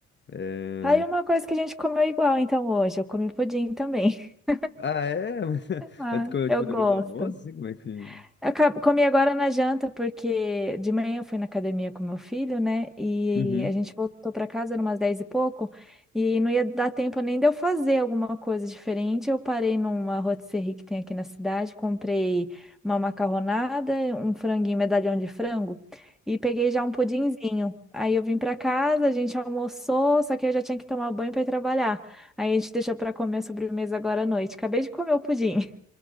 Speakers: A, on the left; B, in the centre.
A: É...
B: Tá aí uma coisa que a gente comeu igual, então, hoje. Eu comi pudim também. <laughs>
A: Ah, é? <laughs>
B: Ah,
A: Mas tu comeu,
B: eu
A: tipo,
B: gosto.
A: depois do almoço, assim, como é que.
B: Eu ca- comi agora na janta, porque de manhã eu fui na academia com meu filho, né? E
A: Uhum.
B: a gente voltou para casa, eram umas 10 e pouco, e não ia dar tempo nem de eu fazer alguma coisa diferente. Eu parei numa rotisserie que tem aqui na cidade, comprei uma macarronada, um franguinho, medalhão de frango, e peguei já um pudinzinho. Aí eu vim para casa, a gente almoçou, só que eu já tinha que tomar banho para ir trabalhar. Aí a gente deixou para comer a sobremesa agora à noite. Acabei de comer o pudim.